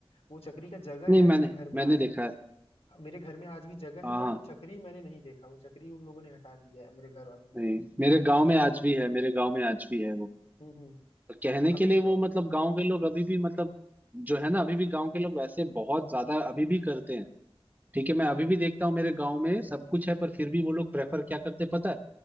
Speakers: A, on the left (about 80°); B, on the right (about 15°).
A: वो चक्री का जगह
B: नहीं
A: है
B: मैंने
A: मेरे घर में
B: मैंने
A: आज
B: देखा
A: भी
B: है
A: मेरे घर में आज भी जगह
B: हाँ
A: है बट
B: हाँ
A: वो चक्री मैंने नहीं देखा वो चक्री उन लोगों ने हटा दिया है मेरे घर वालों ने
B: नहीं मेरे गांव में आज भी है मेरे गांव में आज भी है वो
A: हम्म हम्म
B: तो कहने
A: अभी
B: के लिए
A: तो
B: वो मतलब गांव के लोग अभी भी मतलब जो है ना अभी भी गांव के लोग वैसे बहुत ज्यादा अभी भी करते हैं ठीक है मैं अभी भी देखता हूँ मेरे गांव में सब कुछ है पर फिर भी वो लोग प्रेफर क्या करते हैं पता है